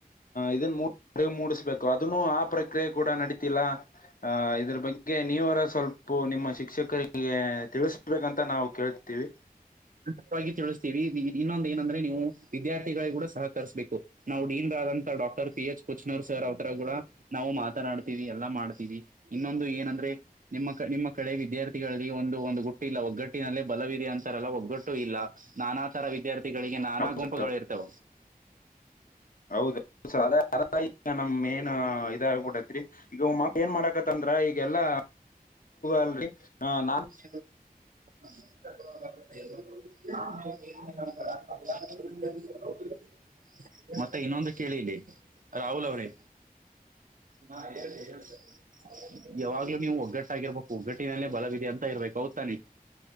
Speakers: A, on the left; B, on the right.
A: ಇದ ಮೂಡ್ ಅಡವು ಮೂಡಿಸ್ಬೇಕು ಅದನ್ನು ಆ ಪ್ರಕ್ರಿಯೆ ಕೂಡ ನಡೀತಿಲ್ಲ ಆ ಇದ್ರ ಬಗ್ಗೆ ನೀವರ ಸ್ವಲ್ಪ ನಿಮ್ಮ ಶಿಕ್ಷಕರಿಗೆ ತಿಳಿಸಬೇಕಂತ ನಾವು ಕೇಳ್ತೀವಿ
B: ಸವಾಗಿ ತಿಳಿಸ್ತೀವಿ ಇನ್ನೊಂದು ಏನಂದ್ರೆ ನೀವು ವಿದ್ಯಾರ್ಥಿಗಳಿಗೆ ಕೂಡ ಸಹಕರಿಸ್ಬೇಕು ನಾವು ಡೀನ್ರಾದಂತ doctor P. H Kuchanur sir ಅವತ್ರ ಕೂಡ ನಾವು ಮಾತನಾಡ್ತೀವಿ. ಎಲ್ಲಾ ಮಾಡ್ತೀವಿ ಇನ್ನೊಂದು ಏನಂದ್ರೆ? ನಿಮ್ಮ ನಿಮ್ಮ ಕಡೆ ವಿದ್ಯಾರ್ಥಿಗಳಲ್ಲಿ ಒಂದು ಒಂದು ಗುಟ್ಟಿ ಇಲ್ಲ ಒಗ್ಗಟ್ಟಿನಲ್ಲೇ ಬಲವಿದೆ ಅಂತಾರಲ್ಲ ಹೋಗುದು ಗಟ್ಟು ಇಲ್ಲ ನಾನಾ ತರ ವಿದ್ಯಾರ್ಥಿಗಳಿಗೆ ನಾನಾ
A: ಹೌದು
B: ಗುಂಪುಗಳು ಇರ್ತವೆ.
A: ಹೌದ ಅ ಈಗ <inaudible> ನಮ್ ಮೇನ್ ಇದ ಆಗಬಿಟ್ಟೈ ತ್ ಈಗ ಏನ್ <inaudible> ಮಾಡಾಕತ್ತಂದ್ರ ಈಗಲ್ಲಾ ಅಲ್ರಿ ನಾ
B: <inaudible> <inaudible> ಅ <inaudible> ಮತ್ತೆ ಇನ್ನೊಂದು ಕೇಳಿ ಇಲ್ಲಿ ರಾಹುಲ್ ಅವ್ರೇ ಹಾ ಹೇಳಳ್ತ ಹೇಳ್ತ ಯಾವಾಗ್ಲೂ ನೀವು ಒಗ್ಗಟ್ಟಾಗಿರ್ಬೇಕು ಒಗ್ಗಟ್ಟಿನಲ್ಲೇ ಬಲವಿದೆ ಅಂತ ಇರ್ಬೇಕು ಹೌದ್ ತಾನೆ